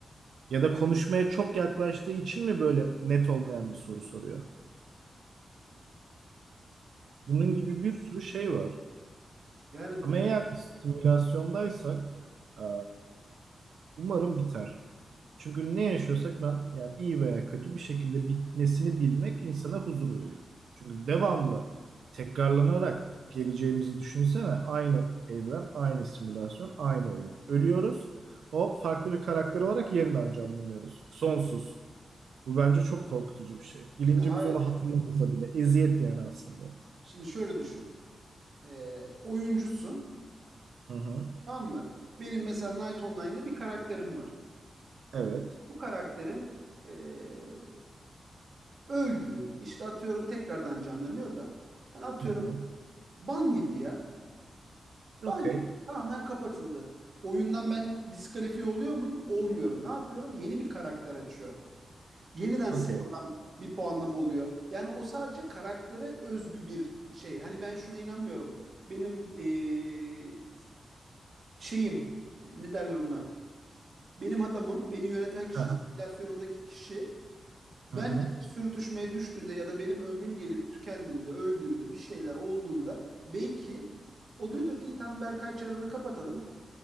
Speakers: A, on the right; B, on the right.
A: Ya da konuşmaya çok yaklaştığı için mi böyle net olmayan bir soru soruyor?
B: Bilemiyorum.
A: Bunun gibi bir sürü şey var.
B: Yani
A: Ama
B: düşün,
A: eğer biz simülasyondaysak eee, umarım biter. Çünkü ne yaşıyorsak ben yani iyi veya kötü bir şekilde bitmesini bilmek insana huzur veriyor. Çünkü devamlı tekrarlanarak geleceğimizi düşünsene aynı evren, aynı simülasyon, aynı oyun. Ölüyoruz. Hop farklı bir karakter olarak yeniden canlanıyoruz. Sonsuz. Bu bence çok korkutucu bir şey. Bilincimiz
B: hayır.
A: onu hatırlamasa bile eziyet yani aslında.
B: Şimdi şöyle düşün. Ee, oyuncusun.
A: Hı hı.
B: Tamam mı? Benim mesela Night Online'da bir karakterim var.
A: Evet.
B: Bu karakterim ee, öldü. İşte atıyorum tekrardan canlanıyor da. hani atıyorum
A: Hı hı.
B: ban yedi ya.
A: Okey.
B: Ban yedi. Tamamen kapatıldı. Oyundan ben diskalifiye oluyor muyum? Olmuyorum. Ne yapıyorum? Yeni bir karakter açıyorum. Yeniden
A: Okey.
B: sıfırdan bir puanlama oluyor. Yani o sadece karaktere özgü bir şey. Hani ben şuna inanmıyorum. Benim eee, şeyim e, ne derler ona? Benim adamım, beni yöneten kişi,
A: Aha
B: simülasyonumdaki kişi benle
A: aha hı.
B: bir sürtüşmeye düştüğünde ya da benim ömrüm gelip tükendiğinde, öldüğümde bir şeyler olduğunda belki o diyordur ki "İyi, tamam Berkay çarını kapatalım.